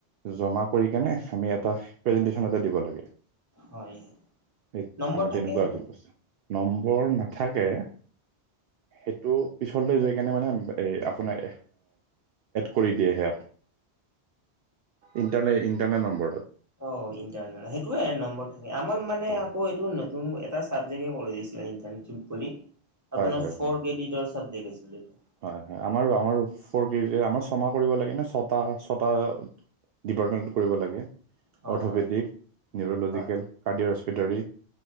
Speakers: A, on the right; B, on the right.
A: জমা কৰি কেনে, আমি এটা প্ৰেজেন্টেশ্বন এটা দিব লাগে। স
B: হয় নম্বৰ
A: আমাৰ
B: থাকে
A: তেনেকুৱা
B: সেইটো
A: হৈছিল, প্ৰশ্ন নম্বৰ নাথাকে। সেইটো পিছলৈ যৈ কেনে মানে, ‌এ আপোনাৰ কৰি দিয়ে সেয়াত। ইণ্টাৰনে, ইণ্টাৰনেট নম্বৰত।
B: অ' ইটাৰনেট, সেইটোৱে নম্বৰ থাকে, আমাৰ মানে
A: হয়
B: আকৌ এইটো নতুন এটা চাবজেক্টে কৰি দিছে ইণ্টাৰনেট। <unintelligible>
A: হয়
B: আপোনাৰ
A: হয়
B: ফৰ
A: হয়
B: কেডৰ চাবজেক্ আছিলটো।
A: হয় হয়, আমাৰো আমাৰো, ফৰ কেজি আমাৰ ছমাহ কৰিব লাগে ন, ছটা ছটা ডিপাৰ্টমেণ্টত কৰিব লাগে,
B: হয়
A: অৰ্থপেডিক,
B: হয়
A: নিউৰলজিকেল
B: হয়
A: কাৰ্ডিঅ', হস্পিটাৰী,